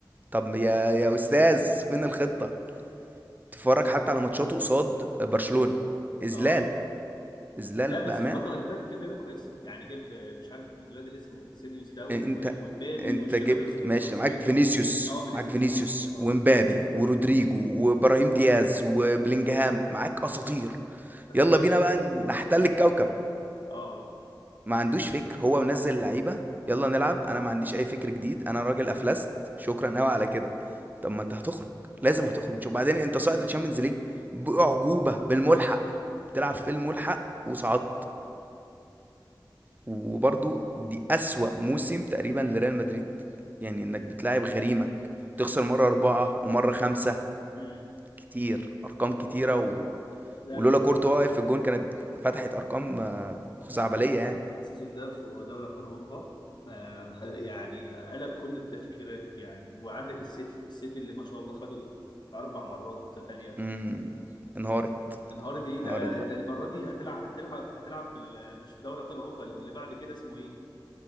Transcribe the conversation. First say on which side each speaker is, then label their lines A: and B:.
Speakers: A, on the right; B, on the left.
A: طب يا يا استاذ فين الخطه تتفرج حتى على ماتشاته قصاد برشلونه اذلال
B: اه
A: اذلال
B: لا بس
A: بامانه
B: الفترة اللي فاتت جاب لعيبة كويسة يعني جاب آه، مش عارف مين الواد اللي اسمه فيسينيوس ده و-
A: انت
B: ومبابي
A: انت
B: والشباب
A: جبت
B: الس- والشباب
A: ماشي
B: الصغيرين
A: معاك فينيسيوس
B: دول اه فينيسيوس
A: معاك فينيسيوس
B: اه اه
A: ومبابي ورودريجو وابراهيم دياز وبلينجهام معاك اساطير
B: ده خبير
A: يلا بينا
B: بقى
A: بقى نحتل الكوكب
B: اه
A: ما عندوش فكر هو منزل لعيبه يلا نلعب انا ما عنديش اي فكر جديد انا راجل افلست شكرا قوي على كده طب ما انت هتخرج لازم
B: اه
A: هتخرج مش وبعدين انت صاعد للشامبيونز ليج باعجوبه بالملحق بتلعب
B: طيب.
A: في الملحق وصعدت وبرضو دي اسوأ موسم تقريبا لريال مدريد يعني انك بتلاعب غريمك تخسر مره اربعه ومره خمسه
B: امم
A: كتير ارقام كتيره و...
B: لا
A: ولولا
B: لا
A: كورتوا واقف في الجون كانت فتحت ارقام آه، خزعبليه يعني
B: السيزون ده في دوري ابطال اوروبا آه، مح- يعني قلب كل التفكيرات يعني وعندك السيتي السيتي اللي ما شاء الله خدوا اربع مرات متتاليه
A: امم انهارت
B: انهارت ايه ده
A: انهارت برضه
B: ده المره دي هتلعب هتلعب هتلعب في ال- مش في دوري ابطال اوروبا اللي بعد كده اسمه ايه